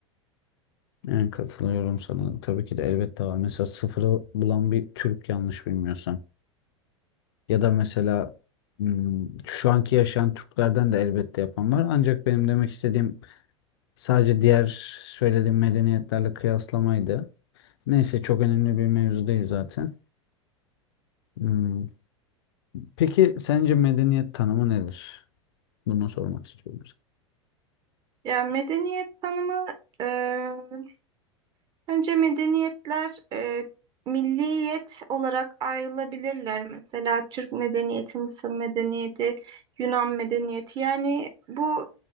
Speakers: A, on the left (about 55°); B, on the right (about 25°).
A: Yani katılıyorum sana. Tabii ki de elbette var. Mesela sıfırı bulan bir Türk yanlış bilmiyorsam. Ya da mesela hmm, şu anki yaşayan Türklerden de elbette yapan var. Ancak benim demek istediğim sadece diğer söylediğim medeniyetlerle kıyaslamaydı. Neyse çok önemli bir mevzu değil zaten. Hmm, Peki sence medeniyet tanımı nedir? Bunu sormak istiyorum.
B: Yani medeniyet tanımı e, Bence medeniyetler e, milliyet olarak ayrılabilirler. Mesela Türk medeniyeti, Mısır medeniyeti, Yunan medeniyeti. Yani bu